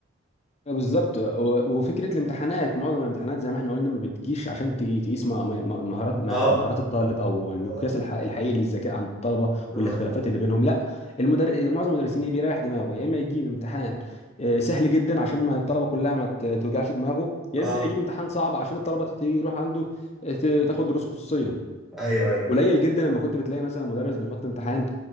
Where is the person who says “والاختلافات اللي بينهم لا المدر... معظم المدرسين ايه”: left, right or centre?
Left